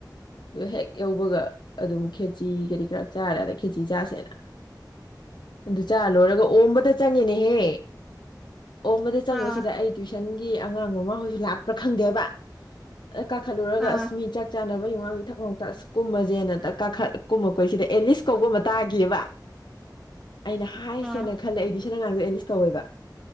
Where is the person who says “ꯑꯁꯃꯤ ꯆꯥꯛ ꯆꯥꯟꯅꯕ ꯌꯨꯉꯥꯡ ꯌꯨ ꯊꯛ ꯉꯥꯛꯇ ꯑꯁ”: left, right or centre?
Left